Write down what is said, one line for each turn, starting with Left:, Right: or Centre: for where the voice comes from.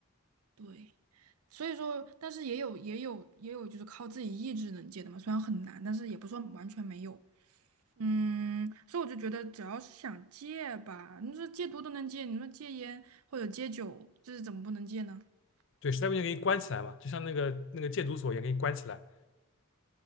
Right: 对，所以说，但是也有也有也有就是靠自己意志能戒的嘛，虽然很难，但是也不是说完全没有。嗯，所以我就觉得，只要是想戒吧，你说戒毒都能戒，你说戒烟或者戒酒，这是怎么不能戒呢？<laughs>
Left: 对，实在不行给你关起来嘛，就像那个那个戒毒所也给你关起来。